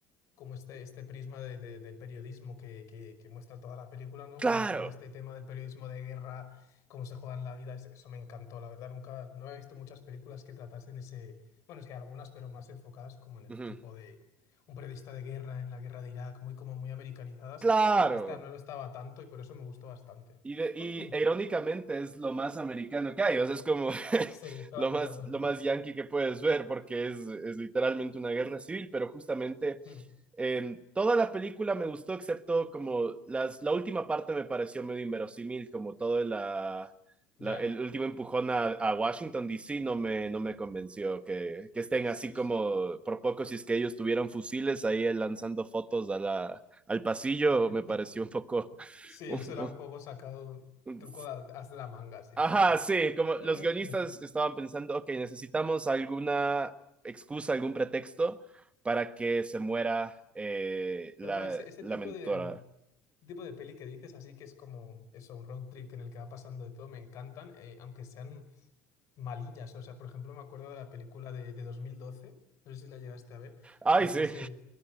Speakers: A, on the left; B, on the right.
A: como este, este prisma de- de- del periodismo que, que, que muestra toda la película, ¿no? Como
B: Claro,
A: mostrando este tema del periodismo de guerra, cómo se juega en la vida, es- eso me encantó, la verdad, nunca, no había visto muchas películas que tratasen ese, bueno, es que hay algunas, pero más enfocadas como en el
B: Ujú.
A: tipo de un periodista de guerra, en la guerra de Irak, muy como muy americanizadas.
B: claro.
A: Esta no lo estaba tanto y por eso me gustó bastante.
B: Y, de- y
A: <clears throat>
B: e, irónicamente es lo más americano que hay, o sea, es como <laughs>
A: Sí, claro,
B: lo más,
A: claro.
B: lo más yankee que puedes ver, porque es, es literalmente una guerra civil, pero justamente
A: <laughs>
B: em, toda la película me gustó, excepto como las, la última parte me pareció medio inverosímil, como todo la,
A: Ya,
B: la- el último empujón a, a Washington, D C. no me, no me convenció que, que estén
A: sí,
B: así como
A: sí.
B: por poco, si es que ellos tuvieran fusiles ahí lanzando fotos a la, al pasillo,
A: <laughs>
B: me pareció un poco...
A: Sí,
B: <laughs> un-
A: eso era un poco sacado,
B: un-
A: truco de, as de la manga, sí,
B: Ajá,
A: sí, sí.
B: sí, como los
A: <clears throat>
B: guionistas estaban pensando, ok, necesitamos alguna excusa, algún pretexto para que se muera eh, la,
A: Pero no, ese, ese
B: la
A: tipo
B: mentora.
A: de, tipo de peli que dices, así que es como eso, un road trip en el que va pasando de todo, me encantan, eh, aunque sean malillas. O sea, por ejemplo, me acuerdo de la película de, de dos mil doce no sé si la llegaste a ver,
B: Ay,
A: que es
B: sí,
A: ese,